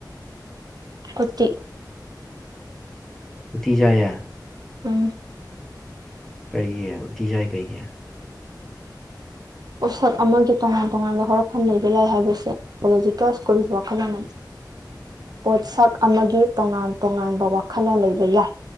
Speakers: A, on the right; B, in the centre.
A: ꯎꯇꯤ
B: ꯎꯇꯤ ꯆꯥꯏꯌꯦ
A: ꯎꯝ
B: ꯀꯩꯒꯤ ꯎꯇꯤ ꯆꯥꯏ ꯀꯩꯒꯤ
A: ꯄꯣꯠꯁꯛ ꯑꯃꯒꯤ ꯇꯣꯉꯥꯟ ꯇꯣꯉꯥꯟꯥꯟꯕ ꯍꯧꯔꯛꯐꯝ ꯂꯩꯕ ꯌꯥꯏ ꯍꯥꯏꯕꯁꯦ ꯑꯄꯣꯂꯣꯖꯤꯀꯦꯜ ꯁ꯭ꯀꯨꯜꯒꯤ ꯋꯥꯈꯜꯂꯣꯟ ꯑꯃꯅꯤ
B: <inaudible>
A: ꯄꯣꯠꯁꯛ ꯑꯃꯒꯤ ꯇꯣꯉꯥꯟ ꯇꯣꯉꯥꯟꯕ ꯋꯥꯈꯜꯂꯣꯟ ꯂꯩꯕ ꯌꯥꯏ